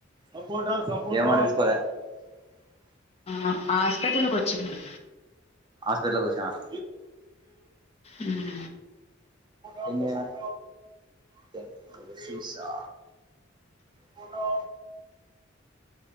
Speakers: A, on the right (about 20°); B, on the left (about 30°).
A: <unintelligible>
B: ఆ హాస్పిటల్ కి వచ్చిన
A: హాస్పిటల్ కి వచ్చినారా?
B: ఉమ్
A: నిన్నేవన్ తె తెలుసా బొండం